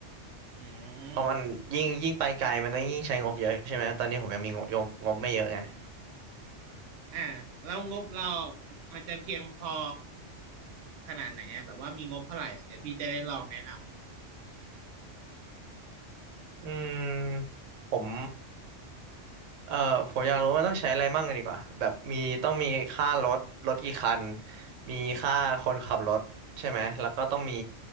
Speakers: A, on the right (about 60°); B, on the right (about 90°).
A: อืม
B: เพราะมันยิ่งยิ่งไปไกลมันต้องยิ่งใช้งบเยอะใช่ไหมตอนนี้ผมยังมีงบงบไม่เยอะไง
A: อ่าแล้วงบเรามันจะเพียงพอขนาดไหนอะแบบว่ามีงบเท่าไหร่อะเดี๋ยวพี่จะได้ลองแนะนำ
B: อืมผม เอ่อผมอยากรู้ว่ามันต้องใช้อะไรมั่งดีกว่าแบบมีต้องมีค่ารถรถกี่คันมีค่าคนขับรถใช่ไหมแล้วก็ต้องมี